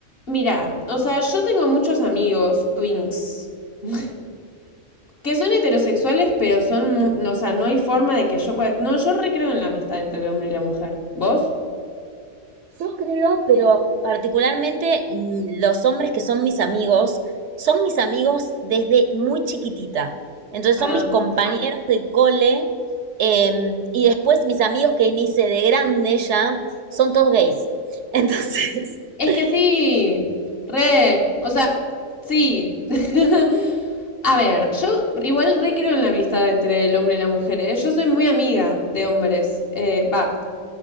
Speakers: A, on the left; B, on the right.
A: Mira, o sea, yo tengo muchos amigos, twinks, <laughs> que son heterosexuales, pero son, no, o sea, no hay forma de que yo pueda... No, yo recreo en la amistad entre el hombre y la mujer. ¿Vos?
B: Yo creo, pero particularmente mm, los hombres que son mis amigos, son mis amigos desde muy chiquitita. Entonces
A: Ah.
B: son mis compañeros de cole em, y después mis amigos que me hice de grande ya, son todos gays. Entonces,
A: Es
B: <laughs>
A: que sí, re, o sea, sí. <laughs> A ver, yo igual re creo en la amistad entre el hombre y la mujer, ¿eh? Yo soy muy amiga de hombres, eh, va,